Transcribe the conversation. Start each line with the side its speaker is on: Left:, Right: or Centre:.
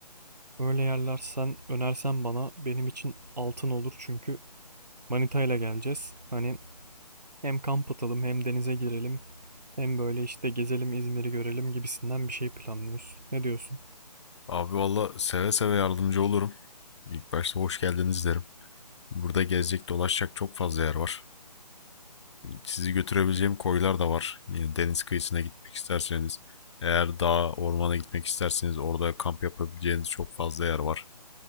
Right: öyle yerler sen önersen bana benim için altın olur çünkü manitayla geleceğiz. Hani hem kamp atalım hem denize girelim hem böyle işte gezelim İzmir'i görelim gibisinden bir şey planlıyoruz. Ne diyorsun?
Left: Abi valla seve seve yardımcı olurum. İlk başta hoş geldiniz derim. Burada gezecek dolaşacak çok fazla yer var. Sizi götürebileceğim koylar da var. Yani deniz kıyısına gitmek isterseniz, eğer dağa, ormana gitmek isterseniz orada kamp yapabileceğiniz çok fazla yer var.